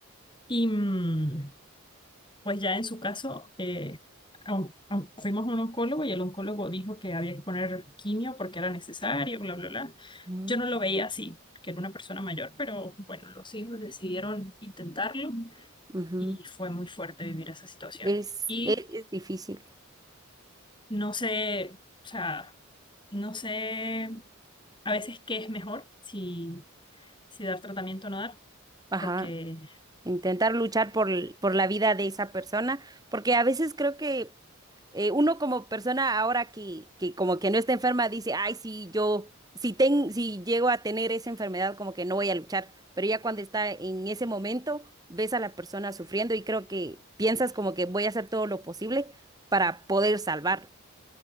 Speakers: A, on the left (about 20°); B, on the right (about 15°).
A: Y mm, pues ya en su caso, eh, a un- fuimos a un oncólogo y el oncólogo dijo que había que poner quimio porque era necesario, bla, bla, bla.
B: ujú,
A: Yo no lo veía así, que era una persona mayor, pero bueno, los hijos decidieron intentarlo
B: ujú.
A: y fue muy fuerte vivir esa situación.
B: Es,
A: Y
B: es, es difícil.
A: no sé, o sea, no sé a veces qué es mejor, si, si dar tratamiento o no dar,
B: Ajá.
A: porque,
B: intentar luchar por, l- por la vida de esa persona, porque a veces creo que eh, uno como persona ahora que, que como que no está enferma dice, ay, sí, yo, si, ten, si llego a tener esa enfermedad, como que no voy a luchar, pero ya cuando está en ese momento, ves a la persona sufriendo y creo que piensas como que voy a hacer todo lo posible para poder salvarlo.